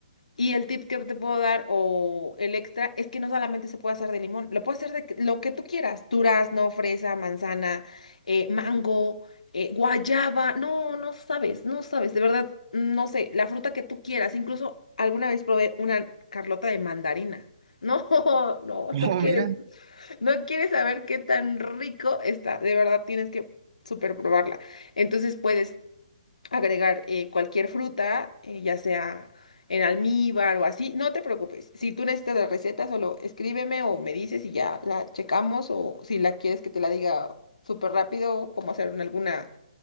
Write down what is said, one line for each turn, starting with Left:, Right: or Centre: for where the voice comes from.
Left: Y el tip que te puedo dar o el extra es que no solamente se puede hacer de limón, lo puedes hacer de que- lo que tú quieras, durazno, fresa, manzana, eh, mango, eh, guayaba, no, no sabes, no sabes, de verdad, no sé, la fruta que tú quieras, incluso alguna vez probé una carlota de mandarina. No, <laughs> no,
Right: <laughs>
Left: no
Right: Oh,
Left: quieres,
Right: mira.
Left: no quieres saber qué tan rico está, de verdad tienes que super probarla. Entonces puedes agregar eh, cualquier fruta, eh, ya sea en almíbar o así, no te preocupes. Si tú necesitas la receta, solo escríbeme o me dices y ya la checamos o si la quieres que te la diga súper rápido, cómo hacer en alguna,